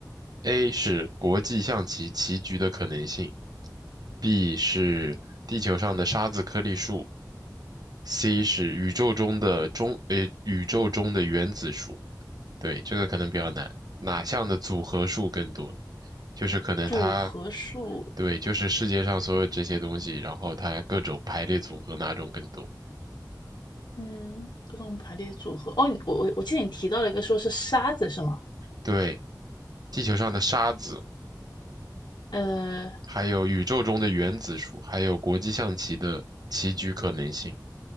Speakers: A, on the right; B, on the left.
A: ？A 是国际象棋棋局的可能性，B 是地球上的沙子颗粒数，C 是宇宙中的中，呃，宇宙中的原子数。对，这个可能比较难。哪项的组合数更多？就是可能它，
B: 组合数
A: 对，就是世界上所有这些东西，然后它各种排列组合哪种更多？
B: 嗯，各种排列组合。哦，你我我我记得你提到了一个说是沙子是吗？
A: 对，地球上的沙子。
B: 呃，
A: 还有宇宙中的原子数，还有国际象棋的棋局可能性。